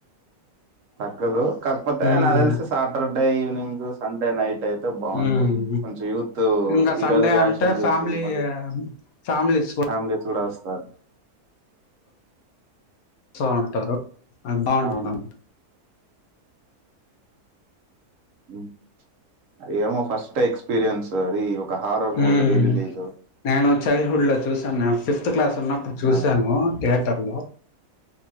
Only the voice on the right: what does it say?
తగ్గదు కాకపోతే
నాకు తెల్సి Saturday evening Sunday night అయితే బాగుంటది
కొంచెం యూత్
ఈ
రోజు రియాక్షన్
చూసి
మళ్ళీ
ఫ్యామిలీస్ కూడా వస్తారు
అవును ఉమ్ అది ఎమో ఫస్ట్ ఎక్స్పీీరియన్స్ అది ఒక హార్రర్
మూవీ రీ రిలీజ్
ఆ